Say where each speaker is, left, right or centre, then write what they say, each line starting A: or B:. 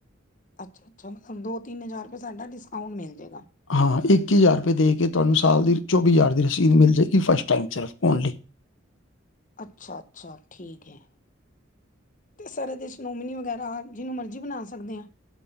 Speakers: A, on the left; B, on the left.
A: ਅੱਛਾ-ਅੱਛਾ ਮਤਲਬ ਦੋ-ਤਿੰਨ ਹਜ਼ਾਰ ਰੁਪਏ ਸਾਡਾ ਡਿਸਕਾਊਂਟ ਮਿਲ ਜਾਏਗਾ।
B: ਹਾਂ, ਇੱਕੀ ਹਜ਼ਾਰ ਰੁਪਏ ਦੇ ਕੇ ਤੁਹਾਨੂੰ ਸਾਲ ਦੀ ਚੌਵੀ ਹਜ਼ਾਰ ਦੀ ਰਸੀਦ ਮਿਲ ਜਾਏਗੀ, ਫਸਟ ਟਾਈਮ ਸਿਰਫ਼ ਓਨਲੀ।
A: ਅੱਛਾ-ਅੱਛਾ, ਠੀਕ ਹੈ। ਇਸ ਦੇ ਵਿਚ ਨੋਮਮੀ ਵਗੈਰਾ ਜਿਹਨੂੰ ਮਰਜੀ ਬਣਾ ਸਕਦੇ ਹਾਂ।